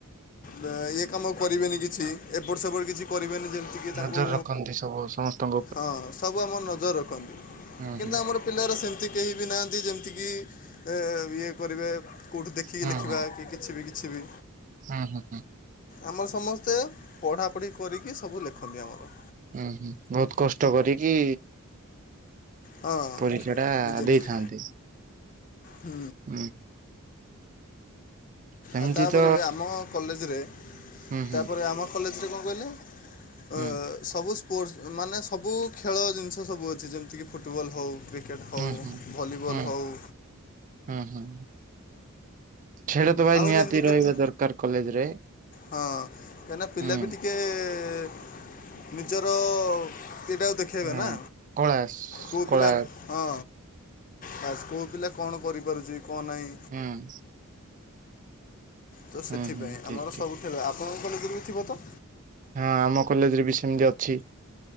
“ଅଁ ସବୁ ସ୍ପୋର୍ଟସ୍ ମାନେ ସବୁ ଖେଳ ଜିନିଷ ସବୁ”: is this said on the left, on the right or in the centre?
Left